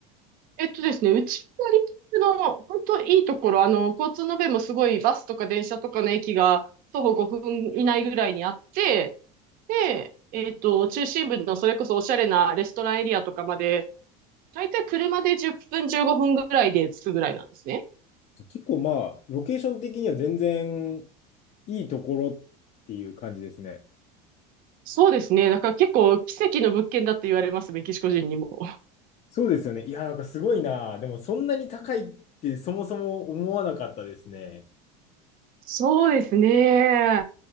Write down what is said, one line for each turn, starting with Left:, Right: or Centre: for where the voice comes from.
Right: えっとですね、うちのリキッドの本当いいところ、あの、交通の便もすごいバスとか電車とかの駅が徒歩5分以内ぐらいにあって、で、えっと、中心部のそれこそおしゃれなレストランエリアとかまで、だいたい車で10分15分ぐらいで着くぐらいなんですね。
Left: 結構まあ、ロケーション的には全然いいところっていう感じですね。
Right: そうですね。だから結構奇跡の物件だって言われます、メキシコ人にも。
Left: そうですよね。いや、なんかすごいな。でもそんなに高いってそもそも思わなかったですね。
Right: そうですね。